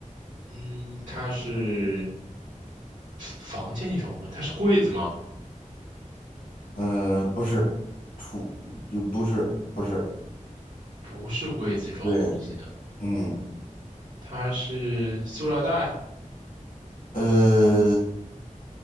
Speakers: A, on the right; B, on the left.
A: 嗯，它是房间里装东西，它是柜子吗？
B: 呃，不是，储，就不是，不是，
A: 不是柜子装东西的，
B: 对，嗯，
A: 它是塑料袋，
B: 呃，